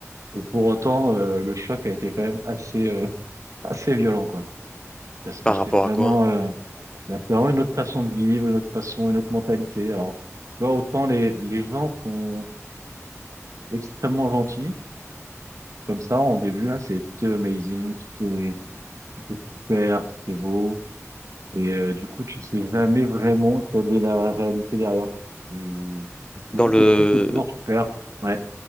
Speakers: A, on the right; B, on the left.
A: Et pour autant, euh, le choc a été quand même assez euh, <laughs> assez violent, quoi, parce que
B: Par
A: c'est
B: rapport
A: vraiment,
B: à quoi?
A: euh, bah, c'est vraiment une autre façon de vivre, une autre façon, une autre mentalité. Alors, tu vois, autant les les gens sont extrêmement gentils, comme ça en début là, c'est tout est amazing, tout est Tout est super, tout est beau. Et euh, du coup, tu sais jamais vraiment quelle est la réalité derrière. Et... Parce que
B: dans
A: vu
B: le
A: que tout est toujours super, ouais,